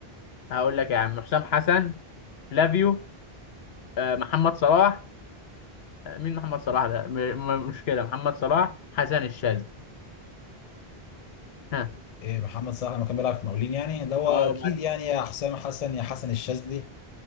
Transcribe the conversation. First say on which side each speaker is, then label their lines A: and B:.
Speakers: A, on the left (about 80°); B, on the left (about 45°).
A: هقول لك يا عم حسام حسن فلافيو آه، محمد صلاح آه، مين محمد صلاح ده م... م... مشكلة محمد صلاح حسن الشاذلي ها
B: ايه محمد صلاح لما كان بيلعب في مقاولين يعني اللي هو
A: اه
B: اكيد
A: بس
B: يعني يا حسام حسن يا حسن الشاذلي